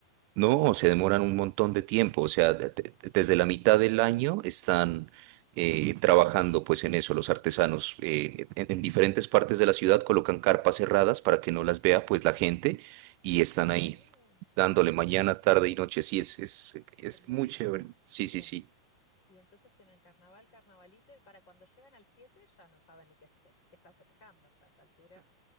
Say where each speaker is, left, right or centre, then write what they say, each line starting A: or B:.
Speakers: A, on the right; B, on the left.
A: no, se demoran un montón de tiempo, o sea, de- de- desde la mitad del año están eh, trabajando pues en eso los artesanos. eh, en, en diferentes partes de la ciudad colocan carpas cerradas para que no las vea pues la gente y están
B: Qué
A: ahí.
B: bien.
A: dándole
B: Ay, me-
A: mañana, tarde y noche. Sí, es, es, es
B: hermoso.
A: muy chévere. Sí,
B: Bien.
A: sí, sí.
B: Y entonces tienen carnaval, carnavalito, y para cuando llegan al 7 ya no saben ni qué, fete- qué están festejando ya a esa altura.